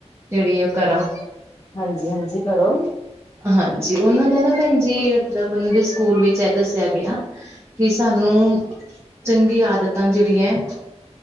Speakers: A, on the right; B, on the left.
A: ਜਿਹੜੀ ਆ ਓ ਕਰਾਂ।
B: ਹਾਂਜੀ ਹਾਂਜੀ ਕਰੋ।
A: ਹਾਂਜੀ ਉਹਨਾਂ ਨਾ ਭੈਣ ਜੀ, ਮਤਲਬ ਉਹਨਾਂ ਦੇ ਸਕੂਲ ਵਿੱਚ ਐ ਦੱਸਿਆ ਗਿਆ। ਕਿ ਸਾਨੂੰ ਚੰਗੀਆ ਆਦਤਾਂ ਜਿਹੜੀਆਂ